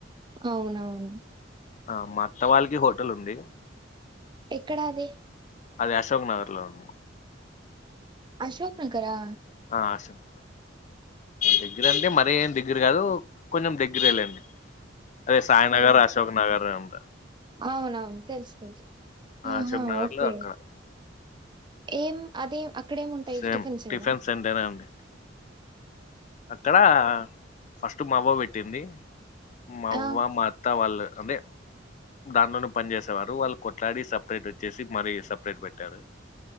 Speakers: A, on the right; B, on the left.
A: అవునవును
B: ఆ మా అత్త వాళ్ళకి హోటల్ ఉంది.
A: ఎక్కడా అది
B: అది అశోక్ నగర్ లో ఉన్
A: అశోక్ నగారా
B: ఆ అశోక్ దగ్గర అంటే మరి ఏం దగ్గర కాదు కొంచెం దగ్గరే లేండి అదే సాయి నగర్, అశోక్ నగర్ అంట
A: అవునవును తెల్సు, తెల్సు ఆహా
B: అశోక్ నగర్
A: ఓకే.
B: లో అక్కడ
A: ఏం అదే అక్కడేఏం ఉంటాయి,
B: సేమ్
A: టిఫిన్సే
B: టిఫిన్
A: నా
B: సెంటరే అండి అక్కడ ఫస్ట్ మాఅవ్వ పెట్టింది మావ్వ,
A: ఆ,
B: మా అత్ అత్త వాళ్ళు అదే దాంట్లోనే పని జేసేవారు, వాళ్ళు కొట్లాడి సప్ సపరేట్ ఒచ్చేసి మరీ సెపరేట్ పెట్టారు.